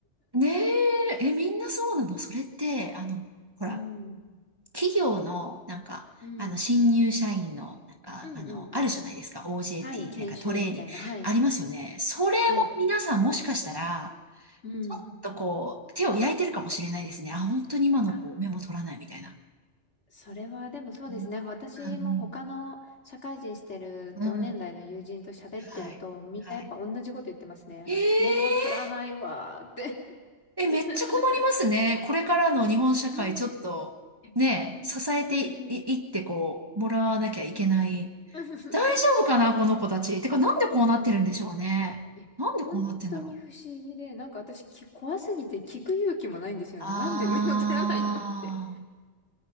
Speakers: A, on the right (about 20°); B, on the left (about 75°).
A: ねえ、え、みんなそうなのそれって、あの、ほら、
B: うん。
A: 企業の、なんか、
B: うん。
A: あの、新入社員の、なんか、
B: うんうんうん。
A: あの、あるじゃないですか、OJT、
B: はい。研修みたいな。
A: なんかトレーニング、
B: はい。
A: ありますよね。それも皆さんもしかしたら、
B: はい。うん。
A: ちょっとこう、手を焼いてるかもしれないですね。あ、本当に今の子、
B: あ、
A: メモ取らないみたいな。
B: それはでもそうですね。
A: うん、
B: 私も他の社会人してる同年代の友人と喋ってると、
A: うん、うん。うんはい、
B: みんなやっぱ同じこと言ってますね。
A: はい。ええ
B: メモ取らないわーって <laughs>
A: え、めっちゃ困りますね。これからの日本社会、
B: うん。
A: ちょっと、
B: <laughs> え本当に、
A: ね、支えてい、いってこう、もらわなきゃいけない。
B: そうそう。<laughs>
A: 大丈夫かな、この子たち。てか、なんでこうなってるんでしょうね。
B: うんえ、
A: なんでこうなってんだろう。
B: 本当に不思議で、なんか私き、怖すぎて聞く勇気もないんですよね。
A: あー。
B: なんでメモ取らないのって。